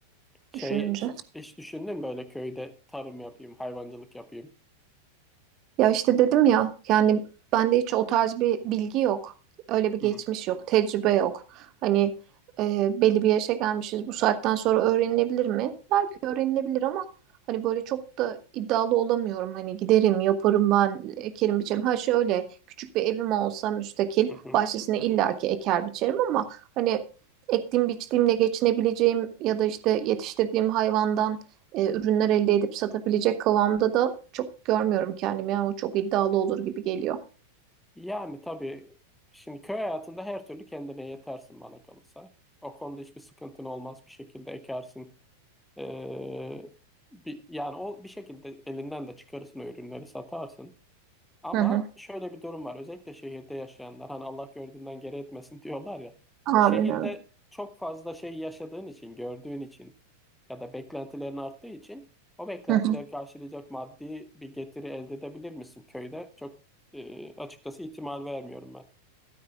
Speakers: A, in the centre; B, on the right.
A: Şey
B: düşününce.
A: hiç düşündün mü böyle köyde tarım yapayım, hayvancılık yapayım?
B: Ya işte dedim ya yani bende hiç o tarz bir bilgi yok. Öyle bir
A: Hmm.
B: geçmiş yok, tecrübe yok. Hani e, belli bir yaşa gelmişiz bu saatten sonra öğrenilebilir mi? Belki öğrenilebilir ama hani böyle çok da iddialı olamıyorum. Hani giderim, yaparım ben, ekerim biçerim. Ha şöyle küçük bir evim olsa müstakil
A: Hı hı.
B: bahçesine illaki eker biçerim ama hani ektiğim biçtiğimle geçinebileceğim ya da işte yetiştirdiğim hayvandan e, ürünler elde edip satabilecek kıvamda da çok görmüyorum kendimi. Yani o çok iddialı olur gibi geliyor.
A: Yani tabii şimdi köy hayatında her türlü kendine yetersin bana kalırsa. O konuda hiçbir sıkıntın olmaz bir şekilde ekersin. Ee, bir, yani o bir şekilde elinden de çıkarırsın o ürünleri satarsın. Ama
B: Hı hı.
A: şöyle bir durum var. Özellikle şehirde yaşayanlar hani Allah gördüğünden geri etmesin <laughs> diyorlar ya.
B: Amin
A: Şehirde
B: evet.
A: çok fazla şey yaşadığın için, gördüğün için ya da beklentilerin arttığı için o beklentileri
B: Hı hı.
A: karşılayacak maddi bir getiri elde edebilir misin? Köyde çok e, açıkçası ihtimal vermiyorum ben.